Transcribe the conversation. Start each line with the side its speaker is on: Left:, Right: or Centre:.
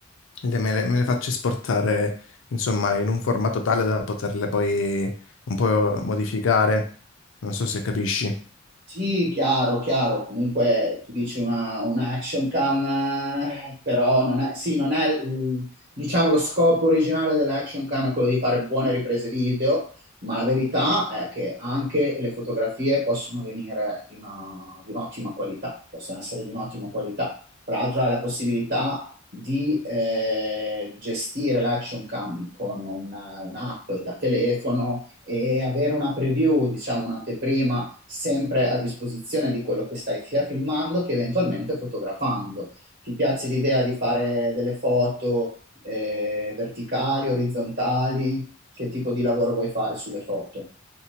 Left: le- me le, me le faccio esportare, insomma, in un formato tale da poterle poi un po' modificare. Non so se capisci.
Right: Sì, chiaro, chiaro. Comunque tu dici una, una action cam, eh, però non è, sì, non è, il- diciamo, lo scopo originale dell'action cam è quello di fare buone riprese video, ma la verità è che anche le fotografie possono venire di una- di un'ottima qualità, possono essere di un'ottima qualità. Tra l'altro hai la possibilità di eh, gestire l'action cam con una- un'app da telefono e avere una preview, diciamo, un'anteprima sempre a disposizione di quello che stai sia filmando che eventualmente fotografando. Ti piace l'idea di fare delle foto eh, verticali, orizzontali? Che tipo di lavoro vuoi fare sulle foto?